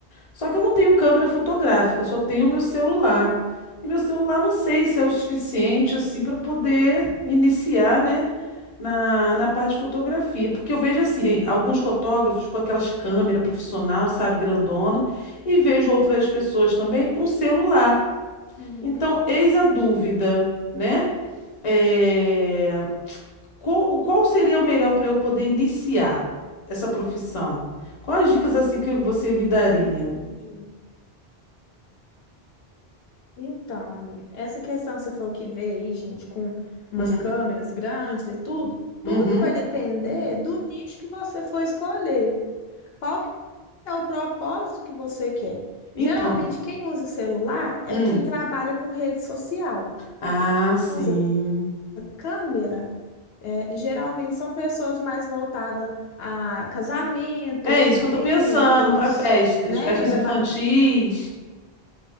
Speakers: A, on the left; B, on the left.
A: Só que eu não tenho câmera fotográfica, só tenho meu celular. E meu celular não sei se é o suficiente assim para poder iniciar, né? Na, na parte de fotografia, porque eu vejo assim, alguns fotógrafos com aquelas câmeras profissional, sabe, grandona, e vejo outras pessoas também com celular.
B: Uhum,
A: Então, eis a dúvida, né? É, Qual, qual seria o melhor para eu poder iniciar essa profissão? Quais dicas assim que você me daria?
B: entendi. Então, amiga, essa questão que você falou que vê aí, gente, com umas
A: Hum,
B: câmeras grandes e tudo,
A: uhum.
B: tudo vai depender do nicho que você for escolher. Qual que é o propósito que você quer?
A: Então,
B: Geralmente, quem usa celular é
A: hum.
B: quem trabalha com rede social.
A: Ah,
B: E Quem
A: sim.
B: usa câmera, é, geralmente são pessoas mais voltadas a casamento,
A: É
B: eventos,
A: isso que eu tô pensando para festas,
B: né?
A: festas
B: Gravar,
A: infantis.